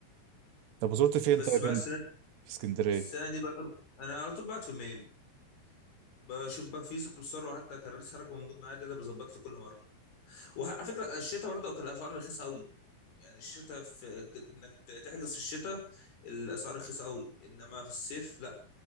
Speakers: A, on the right (about 80°); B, on the left (about 65°).
A: طب وزرت فين
B: بس
A: طيب
B: بقى
A: هنا
B: السنة
A: في اسكندرية
B: السنه دي بقى انا على طول بعت في ميامي بشوف بقى في سمسار حتى كراريس حركه موجود معايا ده اللي بيظبط لي كل مره وعلى فكره الشتاء برضه كان الاسعار رخيصه قوي يعني الشتاء في ك- انك ت- تحجز في الشتاء الاسعار رخيصه قوي انما في الصيف لا